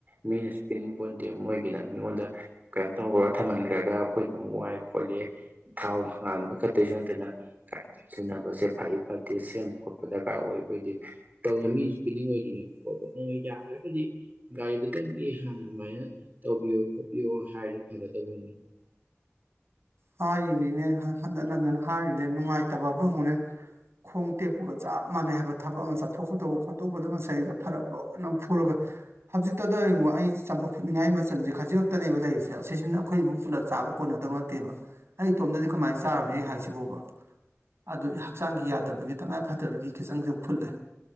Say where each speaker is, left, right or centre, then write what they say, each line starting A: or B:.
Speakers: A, on the right; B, on the right.
A: ꯃꯤꯅꯁꯨ ꯄꯤꯅꯤꯡ ꯄꯣꯟꯇꯦ ꯃꯣꯏꯒꯤꯅ ꯃꯤꯉꯣꯟꯗ ꯀꯩꯅꯣ ꯇꯧꯈ꯭ꯔꯒ ꯊꯝꯍꯟꯈ꯭ꯔꯒ ꯑꯩꯈꯣꯏꯗ ꯑꯃꯨꯛ ꯋꯥꯏ ꯈꯣꯠꯂꯤ ꯊꯥꯎ ꯍꯥꯟꯕ ꯀꯛꯇꯁꯨ ꯅꯠꯇꯅ ꯀꯥꯏ ꯊ ꯁꯤꯟꯅꯕꯁꯦ ꯐꯩ ꯐꯠꯇꯦ ꯁꯦꯝꯕ ꯈꯣꯠꯄ ꯗꯔꯀꯥꯔ ꯑꯣꯏ ꯑꯩꯈꯣꯏꯗꯤ ꯇꯧꯗ ꯃꯤꯁꯨ ꯄꯤꯅꯤꯡꯉꯣꯢ ꯑꯣꯏꯗꯣꯏꯅꯦꯕ ꯀꯣ ꯌꯥꯔꯒꯗꯤ ꯒꯥꯔꯤꯗꯨ ꯇꯪꯗꯤ ꯍꯥꯟꯅ ꯑꯗꯨꯃꯥꯏꯅ ꯇꯧꯕꯤꯌꯣ ꯈꯣꯠꯄꯤꯌꯣ ꯍꯥꯏꯔ ꯐꯒꯗꯧꯕꯅꯤ
B: ꯍꯥꯏꯔꯤꯅꯤꯅꯦ ꯍꯟꯖꯤꯟ ꯍꯟꯖꯤꯟ ꯍꯥꯏꯔꯤꯅꯦ ꯅꯨꯡꯉꯥꯏꯇꯕꯕꯨꯅꯦ ꯈꯣꯡ ꯇꯦꯛꯄꯒ ꯆꯞ ꯃꯥꯟꯅꯩ ꯍꯥꯏꯕ ꯊꯕꯛ ꯑꯃ ꯆꯥꯊꯣꯛ ꯈꯣꯠꯇꯧꯕ ꯈꯣꯠꯇꯧꯕꯗ ꯉꯁꯥꯏꯗ ꯐꯔꯛ ꯂꯣꯏꯅꯃꯛ ꯐꯨꯔꯒ ꯍꯧꯖꯤꯛꯇ ꯌꯦꯡꯉꯣ ꯑꯩ ꯆꯝꯐꯨ ꯐꯨꯠꯅꯤꯡꯉꯥꯏ ꯃꯆꯥꯟ ꯈꯖꯤꯛ ꯈꯛꯇꯅꯦꯕ ꯂꯩꯔꯤꯁꯦ ꯑꯁꯤꯁꯤꯅ ꯑꯩꯈꯣꯏ ꯏ ꯑꯃꯨꯛ ꯄꯨꯂꯞ ꯆꯥꯕ ꯀꯣꯟꯅꯗꯕ ꯅꯠꯇꯦꯕ ꯑꯩ ꯏꯇꯣꯝꯗꯗꯤ ꯀꯃꯥꯏꯅ ꯆꯥꯔꯨꯅꯦ ꯑꯩ ꯍꯥꯏꯁꯤꯕꯨꯕ ꯑꯗꯨ ꯍꯛꯆꯥꯡꯒꯤ ꯌꯥꯗꯕꯒꯤ ꯇꯉꯥꯏ ꯐꯗꯕꯒꯤ ꯈꯤꯆꯪꯁ ꯐꯨꯠꯂꯦ